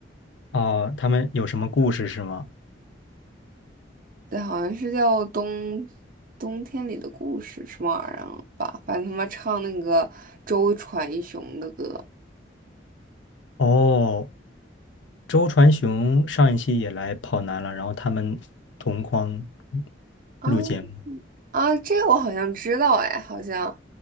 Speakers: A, on the left; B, on the right.
A: 哦，他们有什么故事是吗？
B: 对，好像是叫冬冬天里的故事什么玩意儿吧，反正他们唱那个周传雄的歌
A: 哦，周传雄上一期也来跑男了，然后他们同框
B: 啊
A: 录节目。
B: 啊，这个我好像知道哎，好像